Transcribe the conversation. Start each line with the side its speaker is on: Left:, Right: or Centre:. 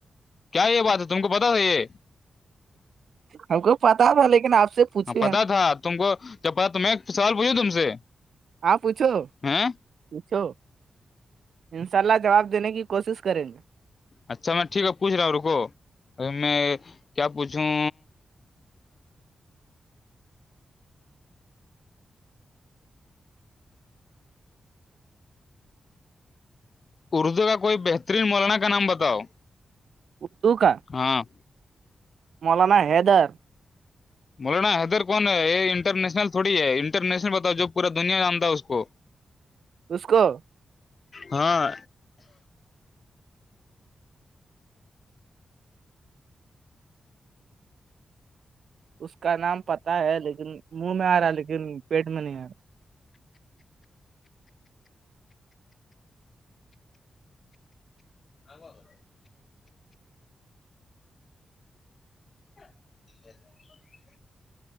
Left: کیا یہ بات ہے تم کو پتا تھا یہ
Right: ہم کو پتا تھا لیکن آپ سے پوچھے
Left: ہ پتا
Right: ہیں
Left: تھا تم کو جپا میں ایک سوال پوچھوں تم سے
Right: آپ پوچھو
Left: ہیں
Right: پوچھو انشاء اللہ جواب دینے کی کوشش کریں گے
Left: اچھا میں ٹھیک ہے پوچھ رہا ہوں رکو ا میں کیا پوچھوں اردو کا کوئی بہترین مولانا کا نام بتاؤ
Right: اردو کا
Left: ہاں
Right: مولانا حیدر
Left: مولانا حیدر کون ہے یہ انٹرنیشنل تھوڑی ہے انٹرنیشنل بتاؤ ج پورا دنیا نامتا اس کو
Right: اس کو
Left: ہاں
Right: اس کا نام پتاہ ہے لیکن منہ میں آ رہا ہے لیکن پیٹ میں نہیں آ رہا
Left: آو ج